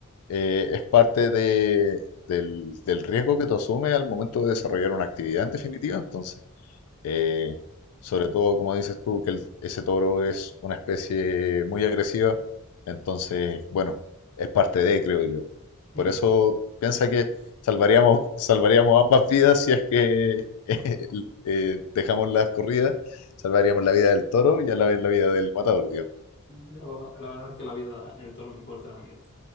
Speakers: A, on the left; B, on the left.
A: eh, es parte de, del, del riesgo que tú asumes al momento de desarrollar una actividad en definitiva. Entonces, eh, sobre todo, como dices tú, que el- ese toro es una especie muy agresiva, entonces, bueno, es parte de, creo yo.
B: Hmm.
A: Por eso piensa
B: ¿Entiendes?
A: que salvaríamos, salvaríamos ambas vidas si es que <laughs> eh, eh, dejamos las corridas, salvaríamos la vida del toro y a la vez la vida del matador, digamos.
B: Yo, la verdad es que la vida del toro me importa una mierda.